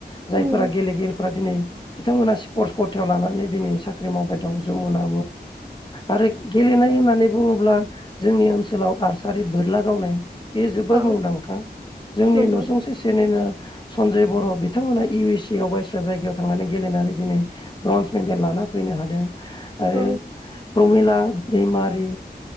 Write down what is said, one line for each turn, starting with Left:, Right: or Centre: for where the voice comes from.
Left: जायफोरा
Right: नंगौ
Left: गेलेगिरि दिनै बिथांमोना सिफरस्त कथायाव लानानै दिनै साख्रि मावबाय दं जमुना आरो गेलेनाय होननानै बुङोब्ला जोंनि ओनसोलाव आरसारि बोरला गावनाय बेयो जोबोर
Right: औ
Left: मुंदांखा जोंनि
Right: नंगौ
Left: नसुंसेनिनो सनजय बर बिथांमोना इउ एस से आव बाय जायगायाव थांनानै गेलेनानै दिनै ब्रन्ज मेडेल लाना फैनो हादों आरो
Right: औ
Left: प्रमिला दैमारि